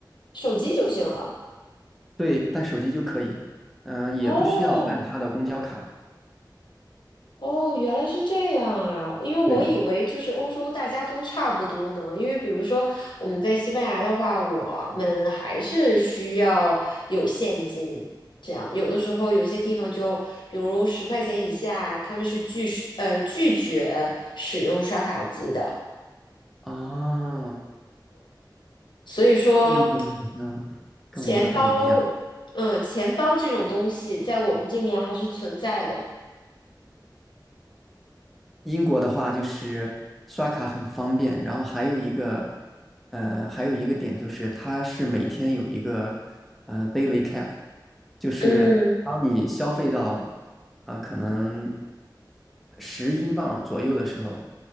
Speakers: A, on the left; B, in the centre.
A: 手机就行了。
B: 对，带手机就可以，嗯、也不需要办他的公交卡。
A: 哦，哦，原来是这样啊！因为我以为就是欧洲大家都差不多呢。
B: 对，
A: 因为比如说我们在西班牙的话，我们还是需要有现金，这样有的时候有些地方就，比如十块钱以下，他们是拒使呃拒绝使用刷卡机的。
B: 啊，
A: 所以说，
B: 这一点好像跟我们不太一样。
A: 钱包，呃，钱包这种东西在我们这面还是存在的。
B: 英国的话就是刷卡很方便，然后还有一个，呃，还有一个点就是它是每天有一个，呃，daily cap，就是当你消费到，
A: 嗯，
B: 啊、呃可能十英镑左右的时候，